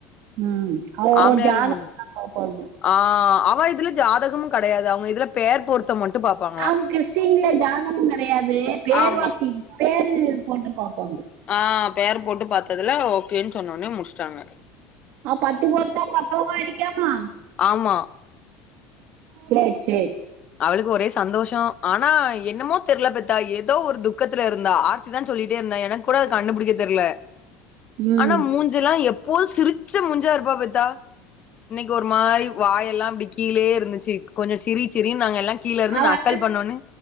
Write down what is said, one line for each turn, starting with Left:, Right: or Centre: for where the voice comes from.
Right: ம் ஓ
Left: ஆம்பளையாளுக்கு
Right: ஜாதக
Left: மட்டு
Right: <inaudible>
Left: ஆ அவ இதுல ஜாதகமு கெடயாது அவுங்க இதுல பேர் பொருத் த்தம் மட்டும் பாப்பாங்
Right: அவுங் கிறிஸ்டீன்ல ஜாதக கெடயாது பேர்வாசிப்
Left: ஆமா
Right: பேரு போட்டு பாப்பாங்க
Left: ஆ பேர் போட்டு பாத்ததுல ஓக்கேன் சொன்னவொன்னே முடிச்ட்டாங்க
Right: ஆ பத்து பொருத்தம் பக்கவா இருக்கீமா
Left: ஆம்மா
Right: சேர் சேர்
Left: அவுளுக்கு ஒரே சந்தோஷோ ஆனா என்னமோ தெர்ல அப்பத்தா ஏதோ ஒரு துக் கத்துல இருந்தா ஆர்த்தி தா சொல்லிட்டே இருந்தா எனக் கூட அது கண்டுபிடிக்க தெரில
Right: ம்
Left: ஆனா மூஞ் சிலா எப்போது சிரிச்ச மூஞ்சா இருப்பா பெத்தா இன்னைக்கு ஒரு மாரி வாயெல்லா இப்டிக் கீழயே இருந்துச்சு கொஞ்சோ சிரி சிரின்னு நாங்க எல்லா கீழ இருந்து
Right: அவ
Left: நக்கல்
Right: அழுவுறா
Left: பண்ண ஒட்னே